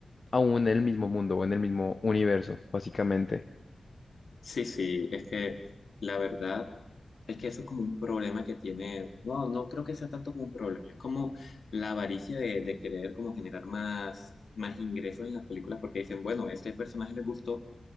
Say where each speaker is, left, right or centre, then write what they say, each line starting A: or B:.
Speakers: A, on the left; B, on the left.
A: aún en el mismo mundo o en el mismo universo, básicamente.
B: Sí, sí, es que la verdad es que eso es como un problema que tiene, bueno, no creo que sea tanto como un problema, es como la avaricia de, de querer como generar más, más ingresos en las películas porque dicen, bueno, este personaje le gustó,